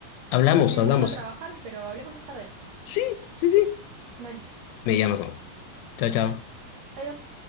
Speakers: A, on the left; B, on the right.
A: Hablamos,
B: eh,
A: hablamos.
B: vuelvo a trabajar, pero hablemos más tarde.
A: Sí, sí, sí.
B: Dale,
A: Me llamas nomás. Chao, chao.
B: dale. Adiós.